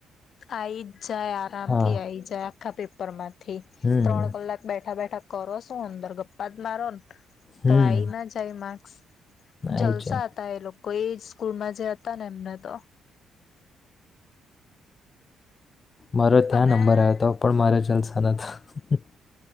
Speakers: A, on the left; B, on the left.
A: આ. જાય આરામથી
B: હા
A: આઈ જાય. હા પેપરમાંટ. થી
B: હમ
A: ત્રણ કલાક બેઠા બેઠા. કરો શું અંદર ગપ્પા જ મારો ને.
B: હમ
A: તો આઈ ના જાય માં. <inaudible> જલસા
B: એ છે
A: આતા એ લોકો એ. કુર્ના જે હતા ને એમને તો.
B: મારો ત્યાં
A: અને
B: નંબર આવ્યો હતો પણ મારે જલસા ન.